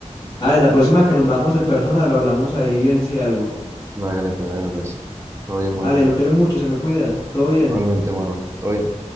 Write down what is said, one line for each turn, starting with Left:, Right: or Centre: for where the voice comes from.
Left: Ale, la próxima que nos vamos en persona lo hablamos ahí bien si algo.
Right: Hágale pues, hágale pues. Todo bien, hermanito.
Left: Ale, lo quiero mucho, se me cuida. Todo bien.
Right: Igualmente, mano Todo bien.